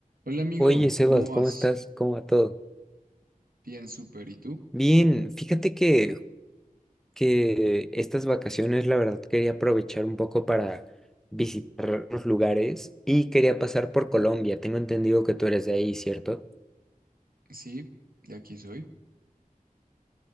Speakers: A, on the right (about 85°); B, in the centre.
A: Hola amigo,
B: Oye, Sebas,
A: ¿cómo
B: ¿cómo
A: vas?
B: estás? ¿Cómo va todo?
A: Bien, súper. ¿Y tú?
B: Bien, fíjate que, que estas vacaciones, la verdad, quería aprovechar un poco para visitar los lugares y quería pasar por Colombia. Tengo entendido que tú eres de ahí, ¿cierto?
A: Sí, de aquí soy.